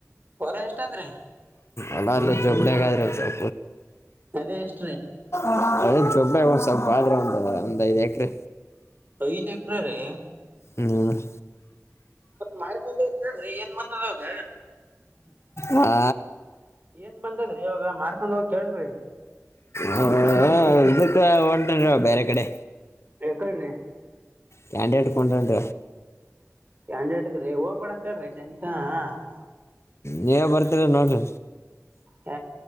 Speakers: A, on the right; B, on the left.
A: ವಲ ಎಷ್ಟ ಅದ್ರೀ
B: ಅಲ್ಲ ಅಲ್ಲೇ ಜಬಡಿಯಗಾದ್ರ ಅ
A: ಅದೇ ಎಷ್ಟ್ರಿ
B: <unintelligible> ಅದ ಚೊಬ್ರ ಒಂದ್ ಸ್ವಲ್ಪ ಆದ್ರೆ ಒಂದ್ ಒಂದ್ ಐದ್ ಎಕ್ರೆ
A: ಐದು ಎಕರೆ ರಿ
B: ಹ್ಮ್
A: ಮಾಡ್ಕೊಂಡ್ ಹೋಗಿ ಕೇಳ್ರಿ ಏನ್ ಬಂದದವಾಗ
B: ಆ
A: ಏನ್ ಬಂದದ್ರಿ ಇವಾಗ ಮಾಡ್ಕೊಂಡ್ ಹೋಗಿ ಕೇಳ್ರಿ
B: ಹ ಯುದ್ಧಕ್ಕೆ ಹೊಂಟಾನ ಬ್ಯಾರೆ ಕಡೆ
A: ಯಾಕ್ಕಡ್ರಿ
B: ಕ್ಯಾಂಡಿ ಎಡುಕೊಂಡೊಂಡ
A: <unintelligible> ಹೋಗ್ಬೇಡ ಅಂತ ಹೇಳ್ರಿ <unintelligible>
B: ನೀವೆ ಬರ್ತಿರ ನೋಡ್ರಿ
A: ಹ